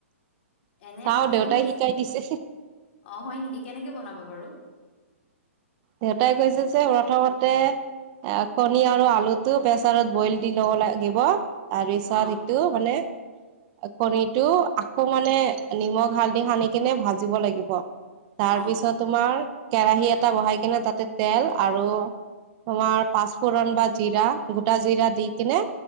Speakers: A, on the left (about 50°); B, on the right (about 35°).
A: এনে
B: চাও
A: বাকী
B: দেউতাই
A: তুমি
B: শিকাই দিছে
A: অ হয় নেকি কেনেকে বনাব বাৰু
B: দেউতাই কৈছে যে প্ৰথমতে এ কণী আৰু আলুটো প্ৰেচাৰত বইল দি ল'ব লাগিব। তাৰপিছত
A: অ
B: সেইটো মানে। কণীটো আকৌ মানে নিমখ হালধি সানি কিনে ভাজিব লাগিব। তাৰ
A: অ
B: পিছত তোমাৰ কেৰাহী এটা বহাই কিনে তাতে তেল আৰু তোমাৰ পাঁচ ফুৰণ বা জিৰা গোটা জিৰা দি কিনে